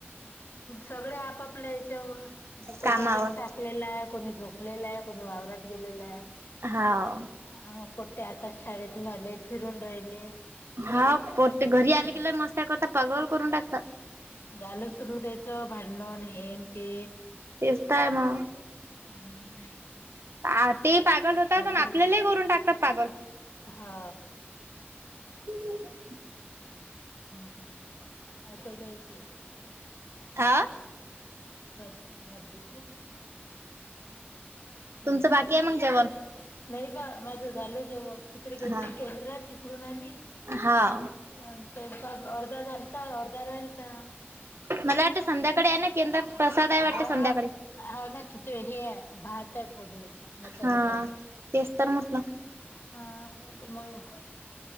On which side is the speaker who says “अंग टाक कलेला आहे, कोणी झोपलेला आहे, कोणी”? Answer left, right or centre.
Left